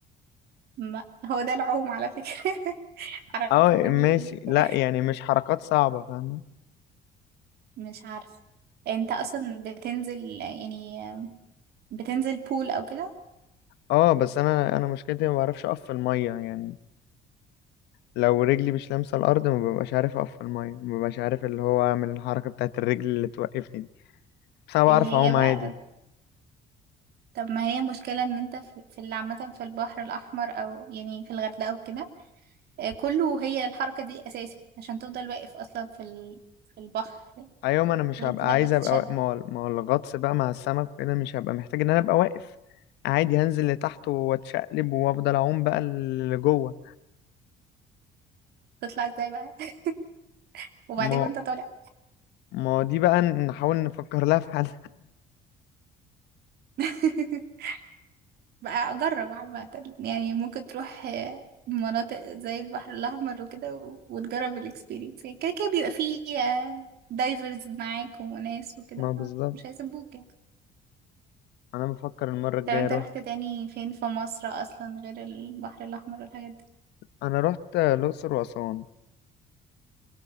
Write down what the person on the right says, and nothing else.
ما هو ده العوم على فكرة <laughs> حركة
رجل
وايد وبتاع.
مش عارف انت اصلا بتنزل يعني بتنزل بول او كده
اللي
هي بقى
طب ما هي مشكلة ان انت في في اللي عامة في البحر الأحمر او يعني في الغردقة او كده آه، كله هي الحركة دي أساسي عشان تفضل واقف أصلا في ال... في البحر
غير
كده
بقى تتشد
تطلع ازاي بقى <laughs> وبعدين
وانت طالع
<laughs> بقى أجرب عامة يعني ممكن تروح آه، مناطق زي البحر الأحمر وكده و- وتجرب الإكسبيرينس كده كده بيبقى فيه دايفرز معاك وناس وكده
فمش هيسيبوك يعني
طب انت
رحت تاني فين في مصر أصلا غير البحر الأحمر والحاجات دي